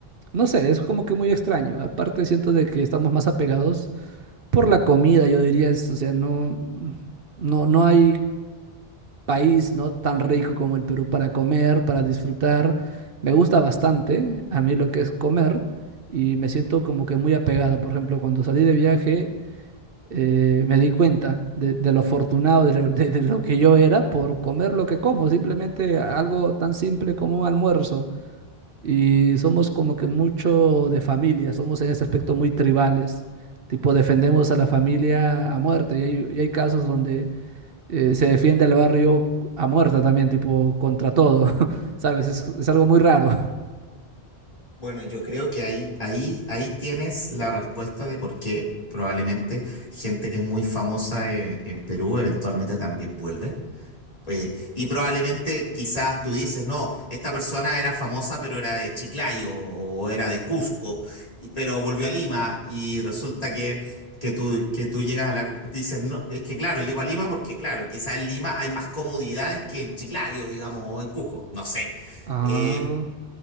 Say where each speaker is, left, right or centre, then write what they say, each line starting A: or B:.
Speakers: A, on the right; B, on the left.
A: no sé, es como que muy extraño. Aparte siento de que estamos más apegados por la comida, yo diría, es, o sea, no, no, no hay país, ¿no? tan rico como el Perú para comer, para disfrutar. Me gusta bastante a mí lo que es comer y me siento como que muy apegado. Por ejemplo, cuando salí de viaje, eh, me di cuenta de, de lo afortunado de lo, de de lo que yo era por comer lo que como, simplemente algo tan simple como un almuerzo. Y somos como que mucho de familia, somos en ese aspecto muy tribales, tipo defendemos a la familia a muerte y hay, y hay casos donde eh, se defiende al barrio a muerte también, tipo contra todo, <laughs> ¿sabes? Es, es algo muy raro.
B: Bueno, yo creo que ahí, ahí, ahí tienes la respuesta de por qué probablemente gente que es muy famosa eh, en Perú eventualmente también vuelve. Eh, y probablemente quizás tú dices, no, esta persona era famosa, pero era de Chiclayo o era de Cusco, y- pero volvió a Lima y resulta que, que tú, que tú llegas a la... Dices, no, es que claro, llego a Lima porque claro, quizás en Lima hay más comodidades que en Chiclayo, digamos, o en Cusco, no sé.
A: Ah,
B: Eh,